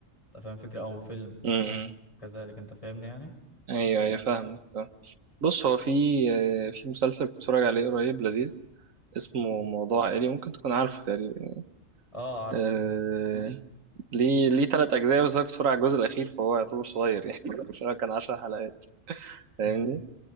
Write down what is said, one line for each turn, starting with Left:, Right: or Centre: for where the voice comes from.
Left: انت فاهم فكره او فيلم
Right: امم
Left: كذلك انت فاهمني يعني
Right: ايوه ايوه فاهمك فاهم. بص هو في آه، في مسلسل كنت بتفرج عليه قريب لذيذ اسمه موضوع عائلي ممكن تكون عارفه تقريبا
Left: اه عارف
Right: آه... ليه ليه تلات أجزاء بس أنا كنت بتفرج على الجزء الأخير فهو يعتبر صغير يعني <laughs> مش عارف كان عشر حلقات فاهمني
Left: مم.